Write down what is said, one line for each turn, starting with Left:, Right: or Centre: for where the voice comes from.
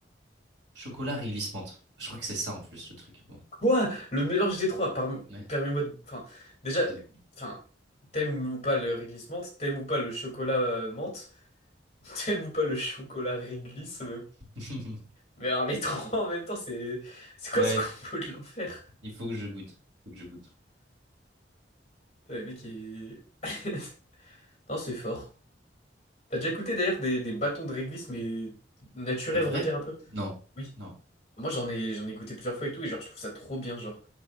Right: chocolat, réglisse menthe. Je crois que c'est ça en plus le truc. Bon,
Left: Quoi? Le mélange des trois, par-
Right: ouais.
Left: permets-moi de... Enfin, déjà,
Right: De-
Left: enfin, t'aimes ou pas le réglisse menthe, t'aimes ou pas le chocolat euh, menthe, <laughs> t'aimes ou pas le chocolat réglisse, mais,
Right: <laughs>
Left: mais alors les trois en même temps, c'est... C'est quoi
Right: Ouais,
Left: ce combo de l'enfer?
Right: il faut que je goûte. Faut que je goûte.
Left: Putain, Le mec il- <laughs> Non, c'est fort. T'as déjà goûté d'ailleurs des, des bâtons de réglisse, mais naturels,
Right: C'est vrai?
Left: on va dire un peu?
Right: Non,
Left: Oui.
Right: non.
Left: Moi, j'en ai, j'en ai goûté plusieurs fois et tout, et genre, je trouve ça trop bien, genre.